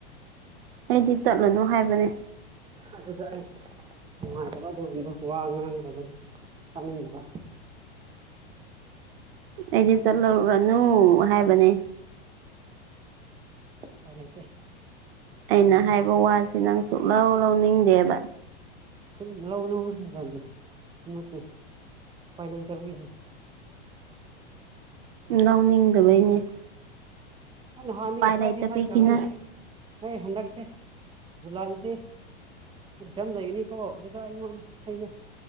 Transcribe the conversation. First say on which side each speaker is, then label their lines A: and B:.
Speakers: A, on the right; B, on the right.
A: ꯑꯩꯗꯤ ꯆꯠꯂꯅꯨ ꯍꯥꯏꯕꯅꯦ
B: ꯑꯗꯨꯗ ꯑꯩ ꯅꯨꯡꯉꯥꯏꯇꯕ ꯑꯗꯨꯒꯨꯝꯕ ꯋꯥ ꯉꯥꯡꯒꯗꯕꯅꯤ ꯇꯥꯅꯤꯡꯗꯕ
A: ꯑꯩꯗꯤ ꯆꯠꯂꯨꯔꯥꯅꯨ ꯍꯥꯏꯕꯅꯦ
B: ꯎꯄꯥꯏ ꯂꯩꯇꯦ
A: ꯑꯩꯅ
B: ꯅꯠꯇ꯭ꯔꯗꯤ
A: ꯍꯥꯏꯕ ꯋꯥꯖꯦ ꯅꯪ ꯁꯨꯛꯂꯧ ꯂꯧꯅꯤꯡꯗꯦꯕ
B: ꯁꯨꯛꯂꯧ ꯂꯧꯅꯤꯡ ꯅꯠꯇꯦ ꯎꯄꯥꯏ ꯂꯩꯇꯥꯕꯒꯤꯅꯤ
A: ꯂꯧꯅꯤꯡꯗꯕꯩꯅꯤ
B: ꯑꯩ ꯅꯍꯥꯟꯅꯗꯒꯤ ꯍꯥꯏꯗꯤ
A: ꯂꯩꯇꯕꯒꯤ
B: ꯍꯥꯏꯈ꯭ꯔꯥꯕꯅꯤ
A: ꯅꯠ
B: ꯑꯩ ꯍꯟꯗꯛꯁꯦ ꯖꯨꯂꯥꯏꯗꯤ ꯑꯦꯛꯖꯝ ꯂꯩꯒꯅꯤꯀꯣ ꯑꯗꯨꯗ ꯑꯩꯉꯣꯟꯗ ꯑꯩꯒ